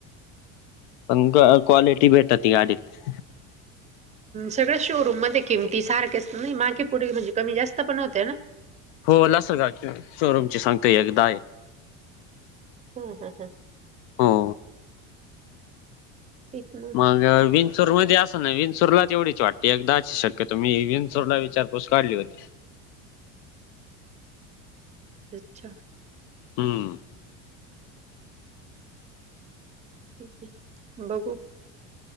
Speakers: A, on the left; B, on the right.
A: पण क्वालिटी भेटर ती गाडीत
B: सगळ्या शोरूम मध्ये किमती सारखेच नाही बाकी पुढे म्हणजे कमी जास्त पण होते ना
A: हो ल सल का शोरूम सांगतोय एकदा आहे
B: हा हा हा
A: हो
B: तचमु
A: मग विंचूर मध्ये असं ना विंचूरलाच एवढीच वाटते एकदा अची शक्यता मी विंचूरला विचारपूस काढली होती
B: अच्छा
A: हम्म
B: ठीक आहे बघू